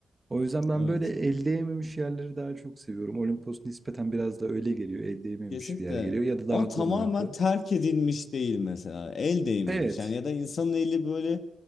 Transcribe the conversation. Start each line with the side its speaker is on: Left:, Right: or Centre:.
Right: O yüzden ben
Left: evet.
Right: böyle el değmemiş yerleri daha çok seviyorum. Olimpos nispeten biraz da öyle geliyor. El değmemiş
Left: Kesinlikle.
Right: bir yer geliyor ya da daha
Left: Ama tamamen
Right: korunaklı.
Left: terk edilmiş değil mesela. El değmemiş.
Right: Evet.
Left: Yani ya da insanın eli böyle